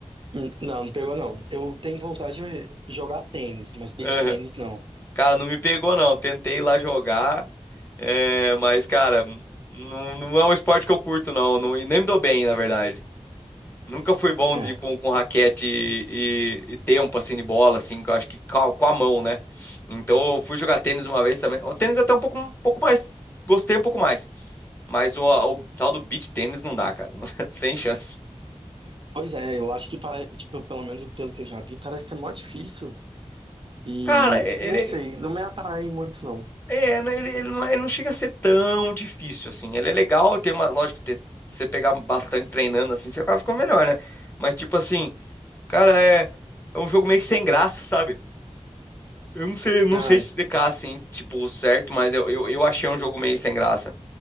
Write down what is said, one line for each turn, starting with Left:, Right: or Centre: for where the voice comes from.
Right: Hum, Não, não pegou não. Eu tenho vontade de jogar tênis,
Left: <laughs>
Right: mas beach
Left: Aham.
Right: tênis não.
Left: Cara, não me pegou, não. Tentei ir lá jogar. É, mas, cara, não, não é um esporte que eu curto, não, não. E nem me dou bem, na verdade. Nunca fui bom
Right: É.
Left: de, com, com raquete e, e- e tempo, assim, de bola, assim, que eu acho que com a, com a mão, né? Então, eu fui jogar tênis uma vez também. O tênis até um pouco, um pouco mais. Gostei um pouco mais. Mas o, o tal do beach tênis não dá, cara. <laughs> Sem chance.
Right: Pois é, eu acho que para, tipo, pelo menos pelo que eu já vi, parece ser mó difícil. E
Left: Cara, ele,
Right: não sei, não me atrai muito não.
Left: é, ele, ele não, é- ele não chega a ser tão difícil, assim. Ele é legal, tem uma. Lógico, ter, você pegar bastante treinando, assim, você acaba ficando melhor, né? Mas, tipo assim. Cara, é, é um jogo meio que sem graça, sabe? Eu não sei, não
Right: Ah,
Left: sei explicar assim, tipo, certo, mas eu, eu, eu achei um jogo meio sem graça.